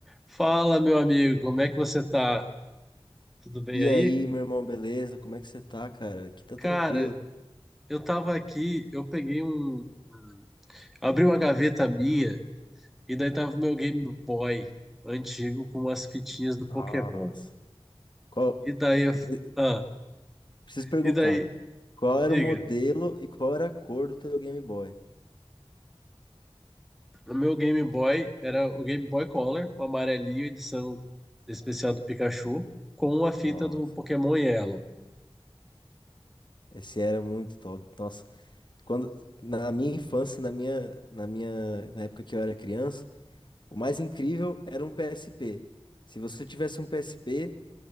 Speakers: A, in the centre; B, on the left.
A: Fala, meu amigo, como é que você tá? Tudo bem
B: E
A: aí?
B: aí, meu irmão, beleza? Como é que você tá, cara? Aqui tá
A: Cara,
B: tranquilo.
A: eu tava aqui, eu peguei um, um- abri uma gaveta minha e daí tava o meu Game Boy antigo com as fitinhas do Pokémon.
B: Nossa. Qual...
A: E daí, eu-
B: Eu pre-
A: ah,
B: preciso perguntar,
A: e daí,
B: qual
A: diga,
B: era o modelo e qual era a cor do teu Game Boy?
A: o meu Game Boy era o Game Boy Color, o amarelinho, edição especial do Pikachu, com a fita
B: Nossa,
A: do Pokémon Yellow.
B: esse era muito top. Nossa, quando na minha infância, na minha, na minha, na época que eu era criança, o mais incrível era um PSP. Se você tivesse um PSP,